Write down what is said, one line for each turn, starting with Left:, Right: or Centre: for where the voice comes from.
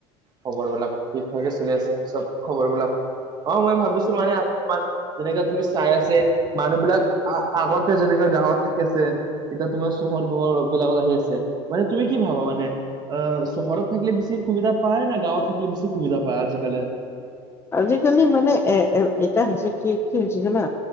Right: খবৰ বিলাক, ঠিক ভাগে চলি আছে চব খবৰ বিলাক। অ', মই ভাবিছো মানে তোমাৰ যেনেকে তুমি চাই আছে মানুহ বিলাক আ-আগতে যেনেকে গাঁৱত থাকি আছে এতিয়া তোমাৰ চহৰ বহৰ বিলাকত আহি আছে। মানে তুমি কি ভাবা মানে? আহ, চহৰত থাকিলে বেি সুবিধা পায় না গাঁৱত থাকিলে বেছি সুবিধা পায় আজিকালি?
Left: আজিকালি মানে এ-এ এটা হৈছে কি কি হৈছে জানা?